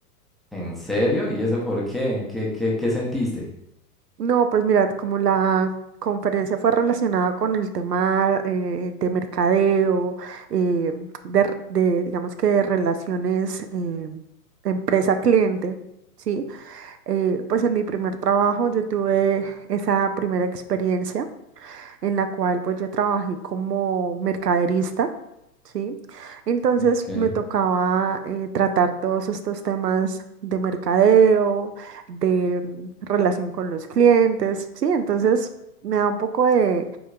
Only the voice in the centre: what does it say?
¿En serio? ¿Y eso por qué? ¿Qué, qué, qué sentiste?
Ok.